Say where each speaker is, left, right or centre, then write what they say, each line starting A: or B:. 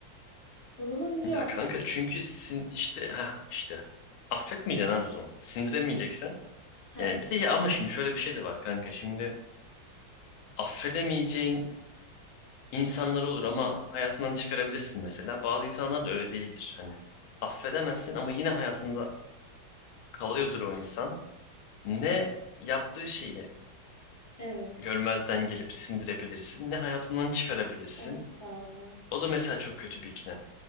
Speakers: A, on the left; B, on the left.
A: O zaman niye
B: Ya
A: affediyorsun?
B: kanka çünkü sin işte ha işte affetmeyeceksin abi o zaman. Sindiremeyeceksen.
A: Ha,
B: Yani bir de ya ama şimdi şöyle bir şey de var kanka. Şimdi affedemeyeceğin insanlar olur ama hayatından çıkarabilirsin mesela. Bazı insanlar da öyle değildir hani. Affedemezsin ama yine hayatında kalıyordur o insan. Ne yaptığı şeyi
A: evet.
B: görmezden gelip sindirebilirsin, ne hayatından çıkarabilirsin.
A: Evet abi.
B: O da mesela çok kötü bir ikilem.